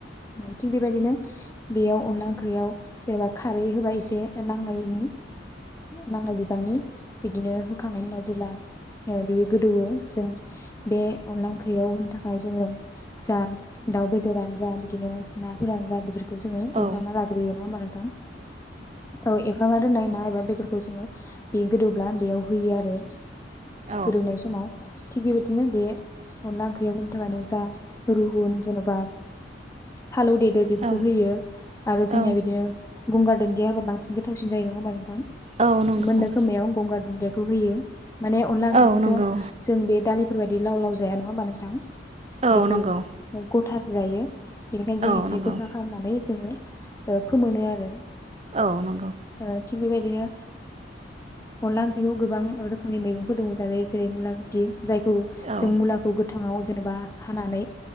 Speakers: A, on the left; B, on the right.
A: औ थिग बेबायदिनो बेयाव अनला ओंख्रियाव जेनेबा खारै होबाय एसे नांनायनि नांनाय बिबांनि बिदिनो होखांनायनि उनाव जेब्ला बेयो गोदौवो जों बे अनला ओंख्रियाव होनो थाखाय जोङो जा दाउ बेदरानो जा बिदिनो नाफोरानो जा बेफोरखौ जोङो एवफ्रामनानै
B: औ
A: लाग्रोयो नङा होनबा नोंथां औ एफ्रामनानै दोननाय ना एबा बेदरखौ जोङो बे गोदौब्ला बेयाव होयो आरो गोदौनाय
B: औ
A: समाव। थिग बेबायदिनो बे अनला ओंख्रियाव होनो थाखाय नों जा रुहुन जेन'बा फालौ देदो बेफोरखौ
B: औ
A: होयो आरो जोंनिया
B: औ
A: बिदिनो गंगार दुनदिया होबा बांसिन गोथावसि जायो नङा होनबा नोंथां।
B: औ नंगौ
A: मोननो समायाव गंगार दुन्दिया बेखौ होयो। माने अनला ओंख्रिथ'
B: औ नंगौ
A: बे दालिफोर बायदि लाव लाव जाया नङा होमबा नोंथां।
B: औ
A: बेखौ
B: नंगौ
A: ग थासो जायो। बेनिखायनो जों
B: औ
A: एसे
B: नंगौ
A: गथा खालामनानै जोङो फोमोनो आरो
B: औ नंगौ।
A: ओ थिग बेबायदिनो अनला ओंख्रिखौ गोबां रोखोमनि मैगंफोर दङ जायो जेरै मुला <inaudible> जायखौ
B: औ
A: जों मुलाखौ -। गोथाङाव जेनेबा हानानै